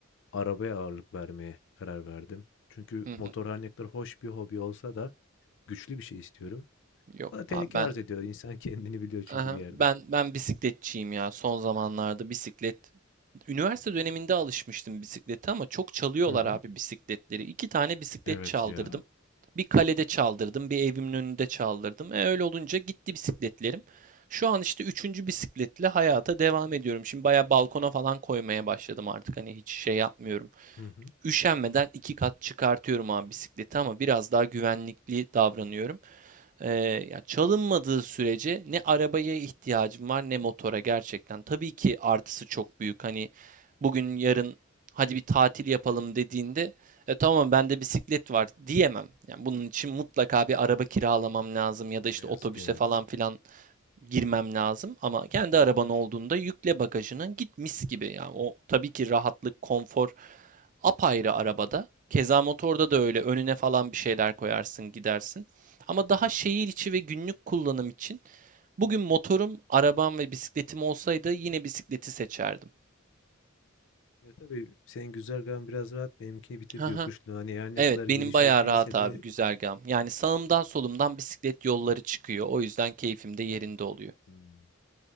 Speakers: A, on the left; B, on the right.
A: arabaya ağırlık vermeye karar verdim. Çünkü
B: hı hı.
A: motor her ne kadar hoş bir hobi olsa da güçlü bir şey istiyorum.
B: Yok
A: Bana tehlike
B: abi ben
A: arz ediyor. İnsan <laughs> kendini biliyor çünkü
B: Aha,
A: bir yerde.
B: ben ben bisikletçiyim ya son zamanlarda bisiklet. Üniversite döneminde alışmıştım bisiklete ama çok çalıyorlar
A: Hı hı.
B: abi bisikletleri. İki tane bisiklet
A: Evet
B: çaldırdım.
A: ya.
B: Bir kalede çaldırdım, bir evimin önünde çaldırdım. E öyle olunca gitti bisikletlerim. Şu an işte üçüncü bisikletle hayata devam ediyorum. Şimdi baya balkona falan koymaya başladım artık. Hani hiç şey yapmıyorum.
A: Hı hı.
B: Üşenmeden iki kat çıkartıyorum abi bisikleti ama biraz daha güvenlikli davranıyorum. Ee, ya çalınmadığı sürece ne arabaya ihtiyacım var ne motora gerçekten. Tabii ki artısı çok büyük. Hani bugün yarın hadi bir tatil yapalım dediğinde e, tamam bende bisiklet var diyemem. Yani bunun için mutlaka bir araba kiralamam lazım ya da
A: Ne
B: işte
A: yazık
B: otobüse
A: ki evet.
B: falan filan girmem lazım. Ama kendi araban olduğunda yükle bagajına git mis gibi. Yani o tabii ki rahatlık, konfor apayrı arabada. Keza motorda da öyle önüne falan bir şeyler koyarsın gidersin. Ama daha
A: Hı hı.
B: şehir içi ve günlük kullanım için bugün motorum, arabam ve bisikletim olsaydı yine bisikleti seçerdim.
A: Ya tabii senin güzergahın biraz rahat, benimkini bir tık
B: Haha.
A: yokuşlu. Hani her ne
B: Evet
A: kadar
B: benim
A: gidiş
B: bayağı
A: okeyse
B: rahat abi
A: de
B: güzergahım. Yani sağımdan solumdan bisiklet yolları çıkıyor. O yüzden keyfim de yerinde oluyor.
A: Hmm.